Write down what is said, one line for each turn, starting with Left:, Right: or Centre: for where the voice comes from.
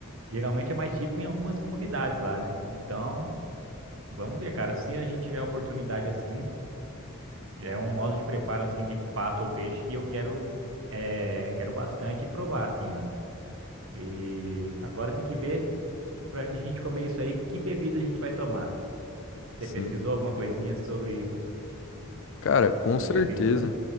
Right: geralmente é mais típico em algumas comunidades lá, né? Então. Vamos ver, cara. Se a gente tiver a oportunidade assim, é um modo de preparo assim de pato ou peixe que eu quero, é, quero bastante provar assim, mano. E agora tem que ver pra gente comer isso aí, que bebida a gente vai tomar. Você
Left: Sim.
Right: pesquisou alguma coisinha sobre,
Left: Cara, com
Right: sobre
Left: certeza.
Right: as bebidas lá?